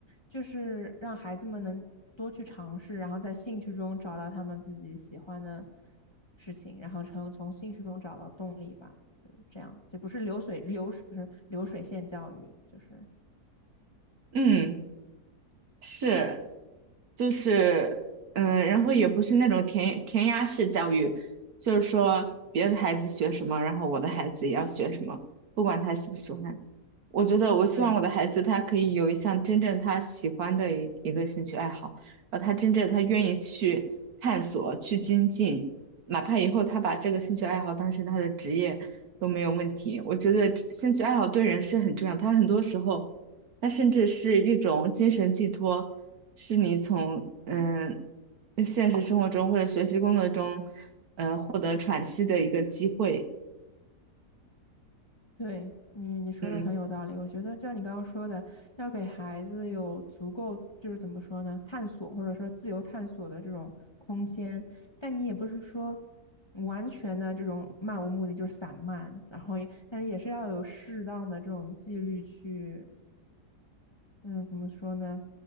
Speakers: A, on the left; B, on the right.
A: 就是让孩子们能多去尝试，然后在兴趣中找到他们自己喜欢的事情，然后从从兴趣中找到动力吧，就是这样，就不是流水流水，不是流水线教育，就是
B: 嗯。是，就是，嗯，然后也不是那种填填鸭式教育，就是说别的孩子学什么，然后我的孩子也要学什么，不管他喜不喜欢。我觉得我希望我的孩子他可以有一项真正他喜欢的一一个兴趣爱好，
A: 对，
B: 然后他真正他愿意去探索、去精进，哪怕以后他把这个兴趣爱好当成他的职业都没有问题。我觉得这兴趣爱好对人是很重要，他很多时候。它甚至是一种精神寄托，是你从嗯现实生活中或者学习工作中，嗯获得喘息的一个机会。
A: 对你，你说的很有道理。
B: 嗯
A: 我觉得，就像你刚刚说的，要给孩子有足够，就是怎么说呢，探索或者说自由探索的这种空间。但你也不是说完全的这种漫无目的，就是散漫，然后也，但是也是要有适当的这种纪律去，嗯，怎么说呢，